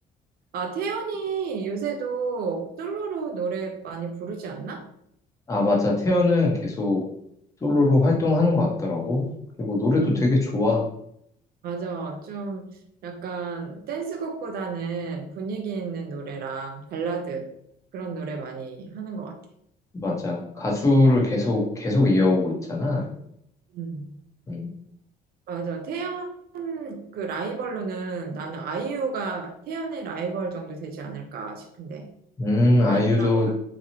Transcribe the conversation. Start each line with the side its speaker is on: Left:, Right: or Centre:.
Right: 아, 태연이 요새도 솔로로 노래 많이 부르지 않나?
Left: 아, 맞아. 태연은 계속 솔로로 활동하는 것 같더라고. 그리고 노래도
Right: 음,
Left: 되게 좋아.
Right: 맞아. 좀 약간 댄스곡보다는 분위기 있는 노래랑 발라드 그런 노래 많이 하는 것 같아.
Left: 맞아. 가수를 계속, 계속 이어오고 있잖아.
Right: 음.
Left: 음,
Right: 맞아. 태연 그 라이벌로는 나는 아이유가 태연의 라이벌 정도 되지 않을까 싶은데.
Left: 음, 아이유도,
Right: 아이유라고,